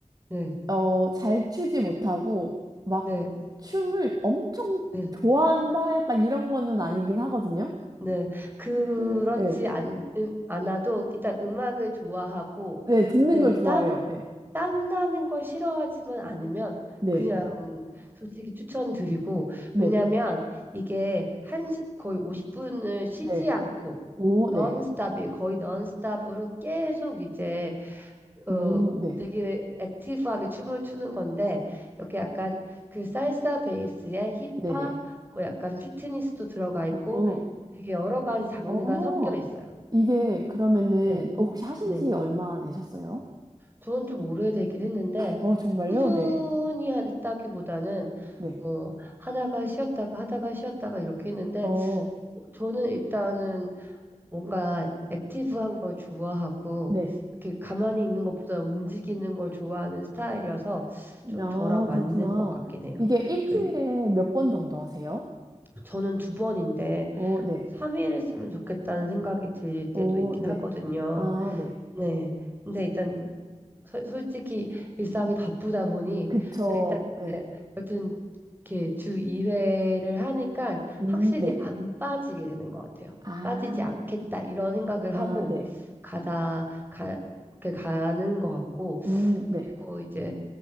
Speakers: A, on the right; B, on the right.
A: 네,
B: 어, 잘 추지 못하고 막
A: 네,
B: 춤을 엄청
A: 네,
B: 좋아한다 약간 이런 거는 아니긴 하거든요.
A: 네. 그렇지
B: 그 예.
A: 않, 음, 않아도 일단 음악을 좋아하고
B: 네, 듣는
A: 그
B: 걸 좋아해요.
A: 땀,
B: 네.
A: 땀 나는 걸 싫어하지만 않으면
B: 네.
A: 그냥 솔직히 추천드리고
B: 네.
A: 왜냐면 이게 한 시- 거의 50분을 쉬지
B: 네.
A: 않고
B: 오,
A: 넌스톱이
B: 네.
A: 거의 넌스톱으로 계속 이제 어
B: 음, 네.
A: 되게 액티브하게 춤을 추는 건데 이렇게 약간 그 살사 베이스에 힙합
B: 네네.
A: 뭐 약간 피트니스도 들어가 있고
B: 음.
A: 되게 여러 가지 장르가
B: 어.
A: 섞여 있어요.
B: 이게 그러면은
A: 네.
B: 어, 혹시 하신
A: 네.
B: 지 얼마나 되셨어요?
A: 저는 좀 오래되긴 했는데,
B: 어, 정말요?
A: 꾸준히
B: 네.
A: 하- 했다기보다는,
B: 네.
A: 어, 하다가 쉬었다가 하다가 쉬었다가 이렇게 했는데,
B: 어,
A: 어, 저는 일단은 뭔가 액티브한 걸 좋아하고,
B: 네.
A: 이렇게 가만히 있는 것보다 움직이는 걸 좋아하는 스타일이어서 좀
B: 아,
A: 저랑 맞는
B: 그렇구나.
A: 것 같긴 해요.
B: 이게 일주일에
A: 그래,
B: 몇 번 정도 하세요?
A: 저는 두 번인데,
B: 어, 네.
A: 3일 했으면 좋겠다는 생각이 들 때도
B: 어,
A: 있긴
B: 네.
A: 하거든요.
B: 아, 네.
A: 네. 근데 일단 서- 솔직히 일상이 바쁘다 보니
B: 그쵸.
A: 네, 일단
B: 네.
A: 네, 여튼 이렇게 주 2회를 하니까
B: 음,
A: 확실히
B: 네.
A: 안 빠지게 되는 것 같아요.
B: 아,
A: 빠지지 않겠다 이런 생각을
B: 아,
A: 하고
B: 네.
A: 가다 가 이렇게 가는 것 같고
B: 음, 네.
A: 그리고 이제